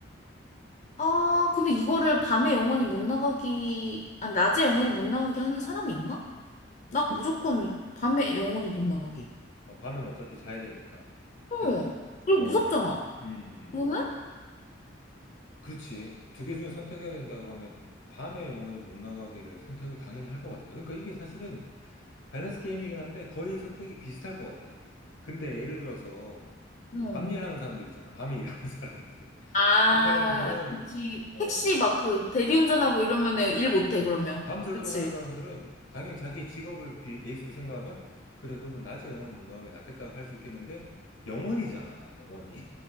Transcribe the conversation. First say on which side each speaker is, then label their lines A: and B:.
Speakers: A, on the left; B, on the left.
A: 아, 근데 이거를 밤에 영원히 못 나가기, 아, 낮에 영원히 못 나가게 하는 사람이 있나? 나 무조건 밤에 영원히 못 나가게.
B: 어, 밤엔 어차피 자야 되니까.
A: 어,
B: 그지?
A: 그리고
B: 어,
A: 무섭잖아.
B: 음, 음. 음.
A: 너는?
B: 그렇지. 두 개 중에 선택해야 된다고 하면 밤에 영원히 못 나가기를 선택을 당연히 할 것 같아. 그러니까 이게 사실은 밸런스 게임이긴 한데 거의 선택이 비슷할 것 같아. 근데 예를 들어서
A: 어.
B: 밤 일하는 사람들 있잖아. 밤에 일하는 <laughs> 사람들.
A: 아,
B: 그 사람들은
A: 그치.
B: 어,
A: 택시 막 그 대리운전하고 이러면 일 못해,
B: 그렇지.
A: 그러면.
B: 밤새도록
A: 그치.
B: 하는 사람들은 당연히 자기 직업을 비- 베이스로 생각하면 그래, 그러면 낮에 영원히 못 나가는 게 낫겠다고 할 수 있겠는데 영원이잖아, 영원히.